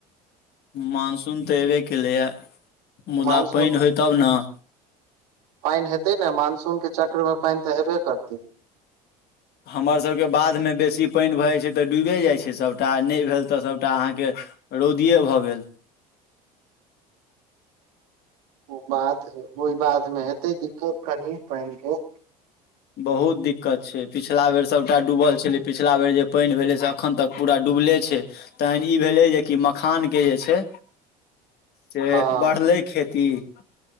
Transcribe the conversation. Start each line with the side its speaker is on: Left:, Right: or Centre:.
Left: मानसून तऽ अयबे केलैए मुदा
Right: मानसून
Left: पानि होय तब न।
Right: पानि हेतै ने मानसून के चक्र मे पानि त हेबे करतै।
Left: हमर सभके बाधमे बेसी पानि भऽ जाइ छै तऽ डूबि जाइ छै सभटा नहि भेल तऽ सभटा अहाँके रौदिए भऽ गेल।
Right: ओ बात ओहि बातमे हेतै दिक्कत कनि पानिके
Left: बहुत दिक्कत छै। पिछिला बेर सभटा डूबल छलै पिछिला बेर जे पानि भेलै से एखन तक पूरा डूबले छै। तखन ई भेलै जेकि मखानके जे छै से
Right: हँ
Left: बढ़ले खेत, तीन,